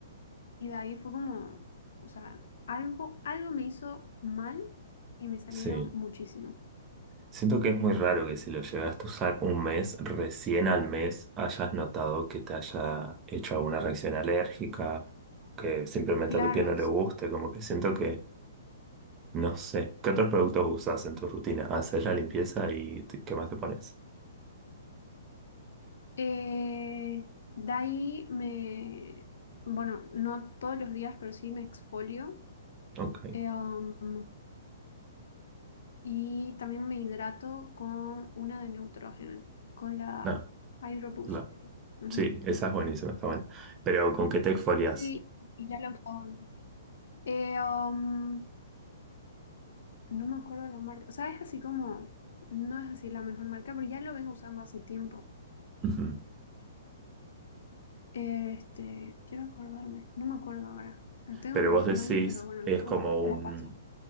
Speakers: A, on the left (about 70°); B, on the right (about 25°).
A: y de ahí fue como, o sea, algo, algo me hizo mal y me salieron
B: sí.
A: muchísimo.
B: Siento que es muy raro que si lo llegaste a usar un mes, recién al mes hayas notado que te haya hecho alguna reacción alérgica, que simplemente
A: Claro,
B: a tu piel no le
A: sí.
B: guste, como que siento que, no sé, ¿qué otros productos usas en tu rutina? ¿Haces la limpieza y te- qué más te pones?
A: Eh, de ahí me, bueno, no todos los días, pero sí me exfolio.
B: Ok.
A: Eh, um, Y también me hidrato con una de nitrógeno, con la
B: No,
A: Aeroboost.
B: la
A: Ujú.
B: Sí, esa es buenísima, está buena. Pero ¿con qué te exfolias?
A: Sí, y ya lo he usado antes. Eh, um, no me acuerdo de la marca. O sea, es así como, no es así la mejor marca, pero ya lo vengo usando hace tiempo.
B: Ujú.
A: Este, quiero acordarme, no me acuerdo ahora. La tengo
B: Pero
A: en
B: vos
A: el
B: decís,
A: baño, pero bueno,
B: es
A: después
B: como
A: te
B: un
A: la paso.